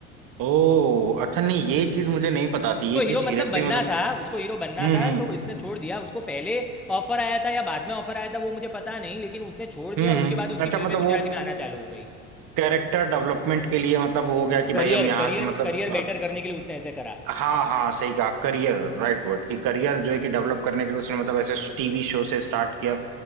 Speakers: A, on the right (about 55°); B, in the centre.
A: ओ अच्छा नहीं ये चीज मुझे नहीं पता थी
B: उसको
A: ये चीज
B: हीरो
A: सीरियसली
B: मतलब बनना
A: मतलब
B: था उसको हीरो बनना
A: हम्म
B: था
A: हम्म
B: तो इसने छोड़ दिया उसको पहले ऑफर आया था या बाद में ऑफर आया था वो मुझे पता नहीं लेकिन उसने छोड़ दिया
A: हम्म हम्म
B: उसके बाद उसकी
A: अच्छा मतलब
B: फिल्में
A: वो
B: गुजराती में आना चालू हो गई
A: कैरेक्टर डेवलपमेंट के लिए मतलब वो हो गया कि
B: करियर
A: भाई हम यहाँ
B: करियर
A: से मतलब
B: करियर बेटर करने के लिए उसने ऐसे करा
A: हाँ हाँ सही कहा करियर राइट वर्ड कि करियर जो है कि डेवलप करने के लिए उसने मतलब ऐसे टीवी शो से स्टार्ट किया